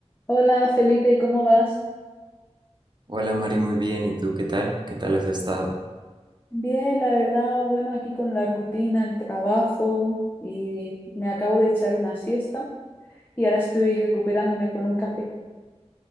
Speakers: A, on the left (about 15°); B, on the right (about 40°).
A: Hola Felipe, ¿cómo vas?
B: Hola Mari, muy bien. ¿Y tú qué tal? ¿Qué tal has estado?
A: Bien, la verdad, bueno, aquí con la rutina, el trabajo y me acabo de echar una siesta y ahora estoy recuperándome con un café.